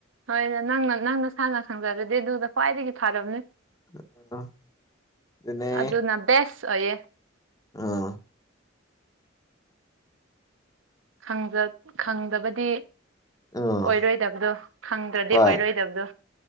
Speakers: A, on the right (about 75°); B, on the left (about 20°).
A: ꯍꯣꯏ ꯅꯪꯅ ꯅꯪ ꯅꯁꯥꯅ ꯈꯪꯖꯔꯗꯤ ꯑꯗꯨꯗ ꯈ꯭ꯋꯥꯏꯗꯒꯤ ꯐꯥꯔꯕꯝꯅꯤ
B: ꯎꯅ <unintelligible> ꯑꯗꯨꯅꯦ
A: ꯑꯗꯨꯅ ꯕꯦꯁ ꯑꯣꯏꯌꯦ
B: ꯑꯝ
A: ꯈꯪꯖ ꯈꯪꯗꯕꯗꯤ
B: ꯑꯥ
A: ꯑꯣꯏꯔꯣꯏꯗꯕꯗꯣ ꯈꯪꯗ꯭ꯔꯗꯤ
B: ꯍꯣꯏ
A: ꯑꯣꯏꯔꯣꯏꯗꯕꯗꯣ